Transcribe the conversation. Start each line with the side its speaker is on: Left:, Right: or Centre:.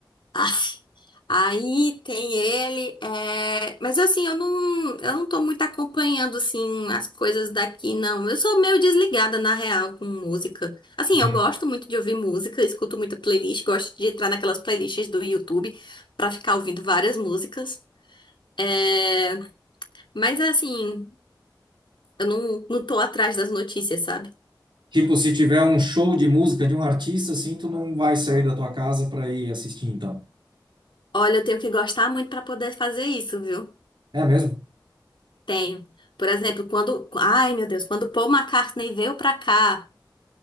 Left: Aff. Aí tem ele, é, mas assim, eu não, eu não tô muito acompanhando, assim, as coisas daqui, não. Eu sou meio desligada, na real, com música. Assim, eu
Right: Uhum.
Left: gosto muito de ouvir música, escuto muita playlist, gosto de entrar naquelas playlists do YouTube pra ficar ouvindo várias músicas. É, mas assim, eu não, não tô atrás das notícias, sabe?
Right: Tipo, se tiver um show de música de um artista, assim, tu não vai sair da tua casa para ir assistir, então.
Left: Olha, eu tenho que gostar muito pra poder fazer isso, viu?
Right: É mesmo?
Left: Tenho. Por exemplo, quando. Ai, meu Deus, quando Paul McCartney veio pra cá.